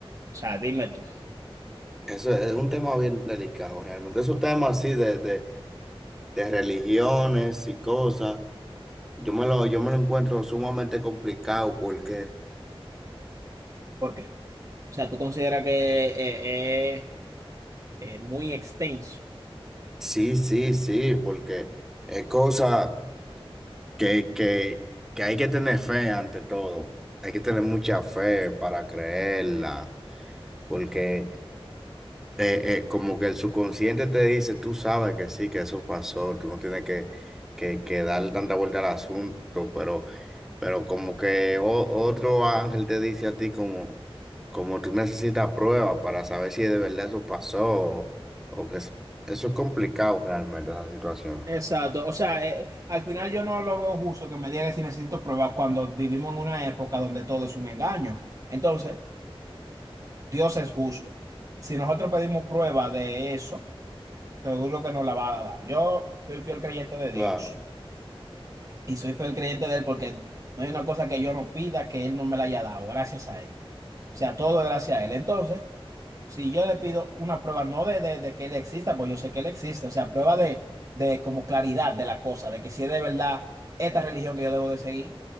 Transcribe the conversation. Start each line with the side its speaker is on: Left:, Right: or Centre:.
Right: O sea, dime tú,
Centre: eso es un tema bien delicado realmente, esos temas así de, de, de religiones y cosas. Yo me lo, yo me lo encuentro sumamente complicado porque,
Right: ¿por qué? O sea, tú consideras que eh, es eh, muy extenso.
Centre: sí, sí, sí, porque es cosa que, que, que hay que tener fe ante todo. Hay que tener mucha fe para creerla, porque eh, eh, como que el subconsciente te dice, tú sabes que sí, que eso pasó, tú no tienes que, que, que darle tanta vuelta al asunto, pero, pero como que o- otro ángel te dice a ti como, como tú necesitas pruebas para saber si de verdad eso pasó o, o que es- eso es complicado realmente, esa situación.
Right: Exacto. O sea, eh, al final yo no lo veo justo que me digan si necesito pruebas cuando vivimos en una época donde todo es un engaño. Entonces, Dios es justo. Si nosotros pedimos prueba de eso, seguro que nos la va a dar. Yo soy fiel creyente de Dios
Centre: Claro,
Right: y soy fiel creyente de Él porque no hay una cosa que yo no pida que Él no me la haya dado, gracias a Él. O sea, todo es gracias a Él. Entonces, si yo le pido una prueba, no de, de, de que él exista, pues yo sé que él existe, o sea, prueba de, de como claridad de la cosa, de que si es de verdad esta religión que yo debo de seguir,